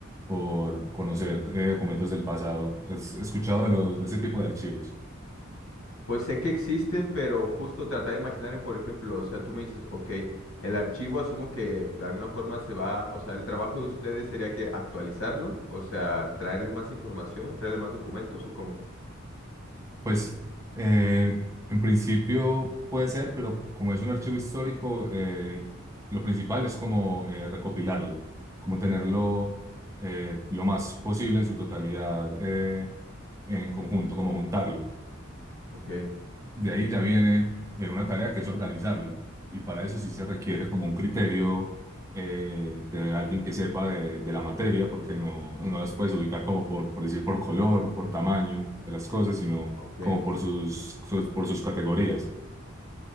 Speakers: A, on the right (about 15°); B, on the left (about 85°).
A: por conocer eh, documentos del pasado. ¿Has escuchado de los, de ese tipo de archivos?
B: Pues sé que existen, pero justo tratar de imaginar, en, por ejemplo, o sea, tú me dices, ok, el archivo asumo que de alguna forma se va, o sea, el trabajo de ustedes sería que actualizarlo, o sea, traerle más información, traerle más documentos o cómo.
A: Pues eh, en principio puede ser, pero como es un archivo histórico, eh, lo principal es como eh, recopilarlo, como tenerlo eh, lo más posible en su totalidad eh, en conjunto, como juntarlo.
B: Ok,
A: De ahí ya viene eh, una tarea que es organizarlo. Y para eso sí se requiere como un criterio eh, de alguien que sepa de, de la materia, porque no, no las puedes ubicar como por, por decir por color, por tamaño de las cosas, sino
B: ok,
A: como por
B: sí, sí.
A: sus,
B: sí.
A: sus- por sus categorías.